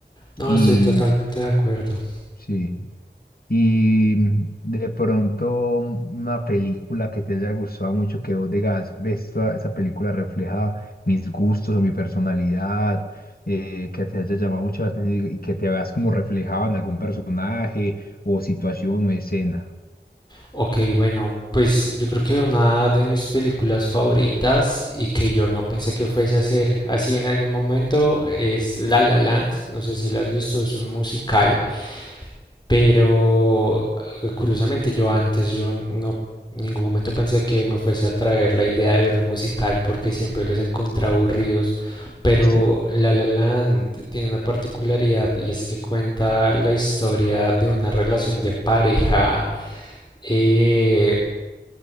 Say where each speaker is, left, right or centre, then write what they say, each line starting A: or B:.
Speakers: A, on the left; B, on the left.
A: No,
B: Y
A: estoy totalmente de acuerdo.
B: sí. Y mm, de pronto una película que te haya gustado mucho, que vos digas, ves, esta, esta película refleja mis gustos o mi personalidad, eh, que te haya llamado mucho la atención y que te veas como reflejado en algún personaje o situación o escena.
A: Ok, bueno, pues yo creo que una de mis películas favoritas y que yo no pensé que fuese a ser así en algún momento es La La Land. No sé si la has visto, es un musical. Pero eh, curiosamente yo antes, yo no en ningún momento pensé que me fuese a traer la idea de ver un musical porque siempre los he encontrado aburridos, pero
B: <laughs>
A: La La Land tiene una particularidad y es que cuenta la historia de una relación de pareja eh,